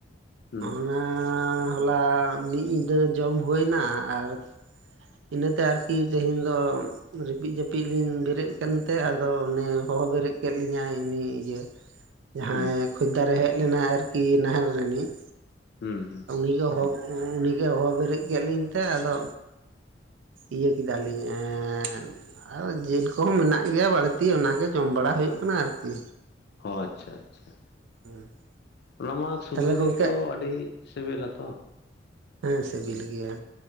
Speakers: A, on the left; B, on the right.
A: ᱦᱩᱸ ᱦᱩᱸ
B: ᱚᱱᱟ ᱦᱚᱞᱟ ᱢᱤᱫ ᱧᱤᱫᱟᱹ ᱡᱚᱢ ᱦᱳᱭᱱᱟ, ᱟᱨ ᱤᱱᱟᱹᱛᱮ ᱟᱨᱠᱤ ᱛᱮᱦᱮᱧ ᱫᱚ ᱨᱤᱯᱤᱫ ᱡᱟᱹᱯᱤᱫ ᱞᱤᱧ ᱵᱮᱨᱮᱫ ᱠᱟᱱᱛᱮ ᱟᱫᱚ ᱚᱱᱮ ᱦᱚᱦᱚ ᱵᱮᱨᱮᱫ ᱠᱮᱫ ᱞᱤᱧᱟᱭ ᱩᱱᱤ ᱤᱭᱟᱹ ᱡᱟᱦᱟᱸᱭ
A: ᱦᱩᱸ
B: ᱠᱷᱚᱫᱽᱫᱟᱨᱮ ᱦᱮᱡ ᱞᱮᱱᱟᱭ ᱟᱨᱠᱤ ᱱᱟᱦᱮᱞ ᱨᱤᱱᱤᱡ
A: ᱦᱩᱸ ᱦᱩᱸ
B: ᱩᱱᱤᱜᱮ <inaudible> ᱩᱱᱤᱜᱮ ᱦᱚᱦᱚ ᱵᱮᱨᱮᱫ ᱠᱮᱫ ᱞᱤᱧ ᱛᱮ ᱟᱫᱚ ᱤᱭᱟᱹ ᱠᱮᱫᱟᱞᱤᱧ ᱮᱸ ᱟᱫᱚ ᱡᱮᱞ ᱠᱚᱦᱚᱸ ᱢᱮᱱᱟᱜ ᱜᱮᱭᱟ ᱵᱟᱲᱛᱤ ᱚᱱᱟᱜᱮ ᱡᱚᱢ ᱵᱟᱲᱟ ᱦᱳᱭᱳᱜ ᱠᱟᱱᱟ ᱟᱨᱠᱤ᱾
A: ᱦᱚᱸ ᱟᱪᱪᱷᱟ ᱟᱪᱪᱷᱟ ᱾
B: <unintelligible>
A: ᱚᱱᱟ ᱢᱟ ᱥᱩᱠᱨᱤ
B: ᱛᱟᱦᱚᱞᱮ ᱜᱚᱢᱠᱮ
A: ᱡᱮᱞ ᱛᱚ ᱟᱹᱰᱤ ᱥᱮᱵᱮᱞᱟ ᱛᱚ᱾
B: ᱦᱮᱸ ᱥᱤᱵᱤᱞ
A: ᱦᱩᱸ
B: ᱜᱮᱭᱟ